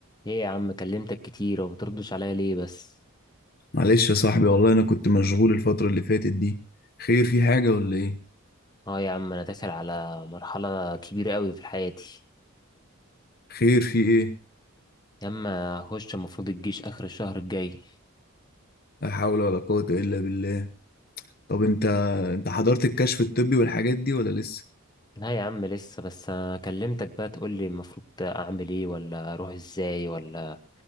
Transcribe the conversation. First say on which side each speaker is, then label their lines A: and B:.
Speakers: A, on the left; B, on the left.
A: ايه يا عم كلمتك كتير وبتردش عليا ليه بس
B: معلش يا صاحبي والله انا كنت مشغول الفترة اللي فاتت دي خير في حاجة ولا ايه
A: اه يا عم انا داخل على مرحلة كبيرة قوي في حياتي
B: خير في ايه
A: يا عم هخش المفروض الجيش اخر الشهر الجاي
B: لا حول ولا قوة الا بالله طب انت انت حضرت الكشف الطبي والحاجات دي ولا لسه
A: لا يا عم لسه بس كلمتك بقى تقولي المفروض اعمل ايه ولا اروح ازاي ولا